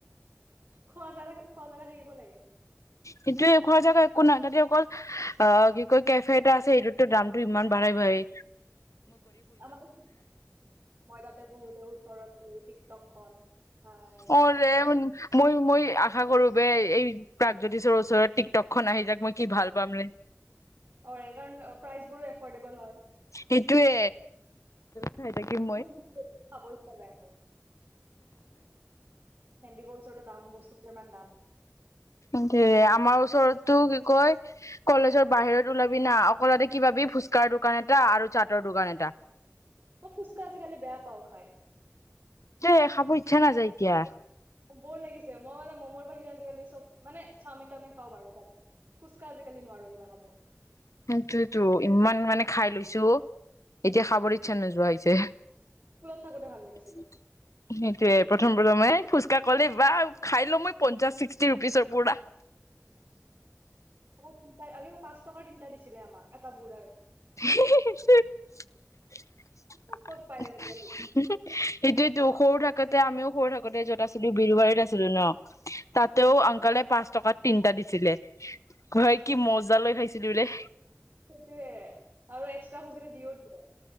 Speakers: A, on the right; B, on the left.
A: খোৱা জা খোৱা জাগা থাকিব লাগে।
B: সেইটো খোৱা জেগা একো নাই তাতে অকল অ কি কয় কেফে এটা আছে এইটোতো দামটো ইমান বাঢ়াই বাঢ়েই
A: আমাৰ মই তাতে পঢ়োতে ওচৰত টিকটক খন হাই
B: অ মই মই আশা কৰো বে এই প্ৰাগজ্যোতিষৰ ওচৰত টিকটকখনন আহি যাক মই কি ভাল পাম ৰে
A: অ এইকাৰণ প্ৰাইচবোৰো এফৰ্ডেবল হয়
B: সেইটোয়ে খাই থাকিম
A: মই নি খাব ইচ্ছা যায় মোৰ হেডিক ওচৰতো দাম বস্তু কিমান দাম
B: ক
A: উজান
B: আমাৰ ওচৰত তোৰ কি কয় কলেজৰ বাহিৰত ওলাবি না অকল দেখিপাবি ফুচকাৰ দোকান এটা আৰু চাটৰ দোকান এটা
A: মই ফুচকা আজিকালি বেয়া পাওঁ খাই
B: যে খাব ইচ্ছা নাযায় কিয়
A: বৰ লাগিছে মই মানে মমৰ বাহিৰে আজিকালি চব মানে চাওমিন তাওমিন খাব পাৰো‌ ‌বাট ফুচকা আজিকালি নোৱাৰো কিবা খাব
B: সেইটোৱেটো ইমান মানে খাই লৈছো এতিয়া খাবৰ ইচ্ছা নোযোৱা হৈছে
A: স্কুলত থাকোতে ভাল লাগিছিলে
B: সেইটোৱে প্ৰথম প্ৰথমে ফুচ তই ক'লি বা খাই লও মই পঞ্চাশ ছিক্সটি ৰুপিচৰ পুৰা
A: তিনিটায়ে পাঁচ টকাৰ তিনিটা দিছিলে আমাক এটা বুঢ়াই
B: <unintelligible>
A: ক'ত পায় আজিকালি
B: সেইটোয়েতো সৰু থাকোতে আমিও সৰু থাকোতে যত আছিলো বিৰুবাৰীত আছিলো ন তাতেও
A: উম
B: আংকলে পাছ টকাত তিনটা দিছিলে ঘুৰাই কি মজা লৈ খাইছিলি বোলে
A: সেইটোয়ে আৰু এক্সট্ৰা খুজিলে দিও দিয়ে